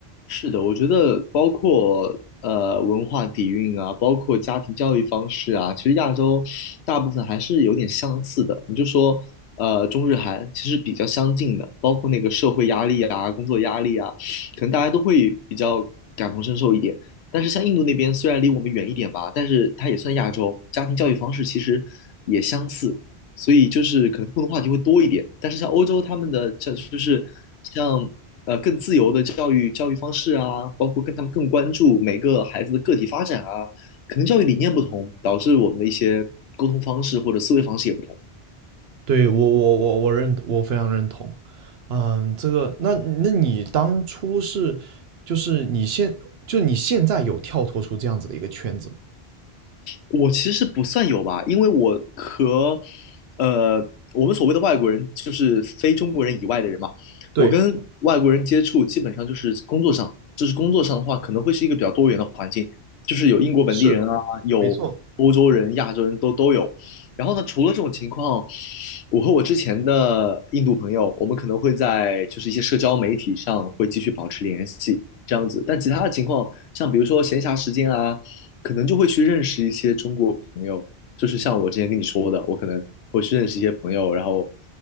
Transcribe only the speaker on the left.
是的，我觉得包括呃文化底蕴啊，包括家庭教育方式啊，其实亚洲大部分还是有点相似的。你就说呃中日韩其实比较相近的，包括那个社会压力啊、工作压力啊，可能大家都会比较感同身受一点。但是像印度那边虽然离我们远一点吧，但是它也算亚洲，家庭教育方式其实也相似。所以就是可能共同话题会多一点。但是像欧洲他们的这就是像呃更自由的教育教育方式啊，包括跟他们更关注每个孩子的个体发展啊，可能教育理念不同，导致我们的一些沟通方式或者思维方式也不同。
我其实不算有吧，因为我和呃我们所谓的外国人，就是非中国人以外的人嘛。
我跟外国人接触基本上就是工作上，就是工作上的话，可能会是一个比较多元的环境，就是有英国本地人啊，
有欧洲人、
亚洲人都都有。然后呢，除了这种情况，我和我之前的印度朋友，我们可能会在就是一些社交媒体上会继续保持联系，这样子。但其他的情况，像比如说闲暇时间啊，可能就会去认识一些中国朋友，就是像我之前跟你说的，我可能会去认识一些朋友，然后，